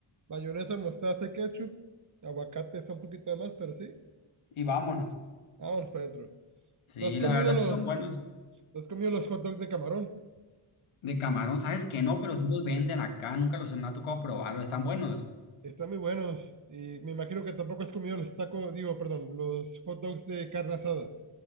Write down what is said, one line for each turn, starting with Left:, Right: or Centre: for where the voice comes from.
Right: mayonesa, mostaza y ketchup. Aguacate está un poquito de más, pero sí.
Left: Y vámonos.
Right: Vámonos para adentro.
Left: Sí,
Right: ¿No has comido
Left: la verdad
Right: los,
Left: que son buenos.
Right: no has comido los hot dogs de camarón?
Left: De camarón, sabes que no, pero sí los venden acá. Nunca los me ha tocado probarlos. Están buenos.
Right: Están muy buenos. Y me imagino que tampoco has comido los tacos, digo, perdón, los hot dogs de carne asada.